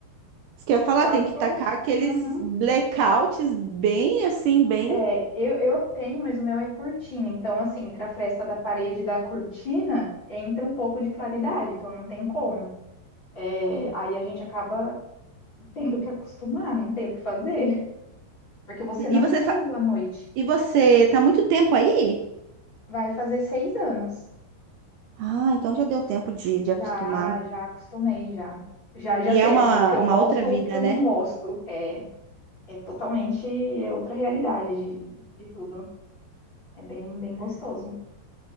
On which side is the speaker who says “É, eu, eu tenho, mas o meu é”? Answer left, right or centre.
Left